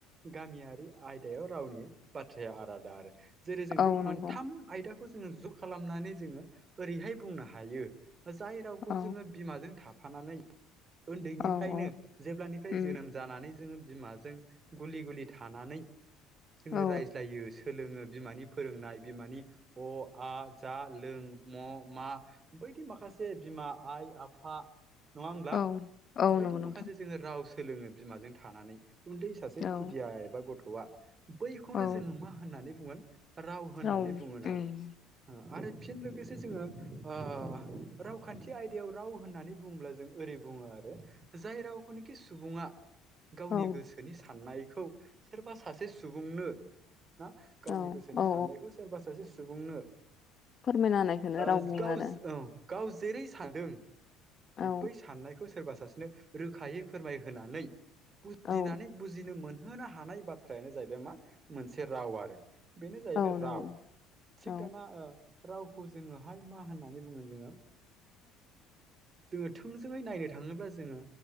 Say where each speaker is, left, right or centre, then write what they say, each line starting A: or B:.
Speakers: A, on the right; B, on the left.
A: गामियारि आयदायाव रावनि बाथ्राया आलादा आरो जेरै जों
B: औ
A: बे
B: नंगौ
A: मोनथाम आयदाखौ जोङो ज' खालामनानै जोङो ओरैहाय बुंनो हायो जाय रावखौ
B: औ
A: जोङो बिमाजों थाफानानै उन्दै
B: औ
A: फ्रानो
B: औ
A: जेब्लानिफ्राय
B: उम
A: जोनोम जानानै जोङो बिमाजों गुलि गुलि थानानै जोङो
B: औ
A: रायज्लायो सोलोङो बिमानि फोरोंनाय बिमानि अ आ जा लों म' मा बेबायदि माखासे बिमा आइ आफा नङा होमब्ला
B: औ औ
A: बायदि
B: नंगौ नोंथां
A: माखासे जोङो राव सोलोङो बिमाजों थानानै उन्दै सासे
B: औ
A: खुदिया एबा गथ'आ बैखौनो
B: औ
A: जोङो मा होननानै बुंगोन राव होननानै
B: औ
A: बुङोन आरो
B: उम
A: आरो फिन लोगोसे जोङो ओ रावखान्थि आयदायाव राव होननानै बुङोब्ला जों ओरै बुङो आरो जाय रावखोनोखि सुबुङा गावनि
B: औ उम
A: गोसोनि
B: औ
A: साननायखौ सोरबा सासे सुबुंनो ना गावनि
B: औ
A: गोसोनि
B: औ
A: साननायखौ सोरबा सासे सुबुंनो
B: फोरमायना होनायखौनो
A: ओज
B: राव बुङो
A: गाउस
B: आरो
A: ओं गाव जेरै सानदों
B: औ
A: बै साननायखौ सोरबा सासेनो रोखायै फोरमायहोनानै बुजिनानै
B: औ
A: बुजिनो मोन होनो हानाय बाथ्रायानो जाहैबाय मा मोनसे राव आरो। बेनो जाहैबाय
B: औ नंगौ
A: राव थिग
B: औ
A: दाना ओ रावखौ जोङोहाय मा होननानै बुङो जोङो जोङो थोंजोङै नायनो थाङोब्ला जोङो